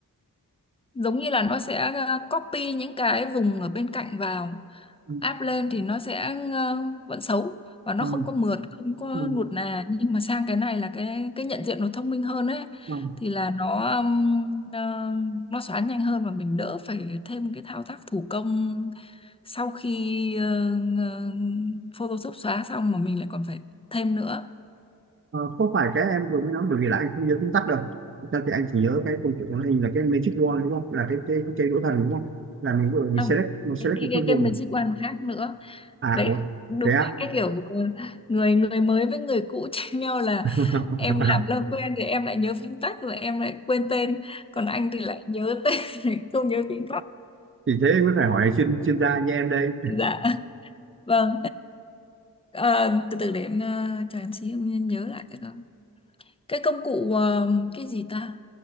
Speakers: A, on the left; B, on the right.
A: giống như là nó sẽ ờ, copy những cái vùng ở bên cạnh vào
B: ừ,
A: áp lên thì nó sẽ ờ, vẫn xấu và nó
B: ờ,
A: không có mượt không có
B: ờ,
A: nuột nà nhưng mà sang cái này là cái cái nhận diện nó thông minh hơn ấy
B: ờ.
A: thì là nó ừm, ờ, nó xóa nhanh hơn và mình đỡ phải thêm cái thao tác thủ công sau khi ờ, ờ, Photoshop xóa xong mà mình lại còn phải thêm nữa
B: Ờ, không phải cái em vừa mới nói bởi vì là anh không nhớ chính tắc đâu Thực ra thì anh chỉ nhớ cái công cụ màn hình là cái Magic Wand đúng không là cái cái cái đũa thần đúng không là mình vừa mình
A: không
B: select mình select
A: cái cái
B: một
A: cái,
B: cái vùng
A: cái Magic One khác nữa
B: à
A: đấy
B: ủa
A: đúng
B: thế á
A: cái kiểu người người mới với người cũ <laughs> tranh nhau là
B: <laughs>
A: em làm lâu quen thì em lại nhớ phím tắt rồi em lại quên tên còn anh thì lại nhớ tên <laughs> rồi không nhớ phím tắt
B: thì thế mới phải hỏi chuyên chuyên gia như em đây
A: dạ vâng Ờ, từ từ để em ờ, cho em xí em nhớ lại cái đó cái công cụ ờ, cái gì ta